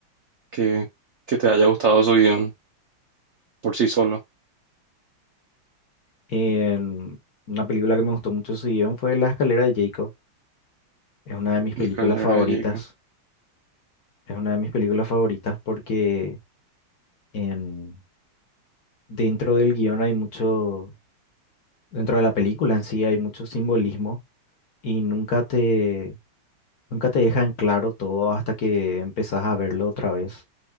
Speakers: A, on the right; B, on the left.
A: que, que te haya gustado su guión por sí solo?
B: En- una película que me gustó mucho su guión fue La escalera de Jacob, es una de mis películas
A: Escalera
B: favoritas,
A: de Jacob.
B: es una de mis películas favoritas porque en- dentro del guión hay mucho... Dentro de la película en sí hay mucho simbolismo y nunca te, nunca te dejan claro todo hasta que empezás a verlo otra vez.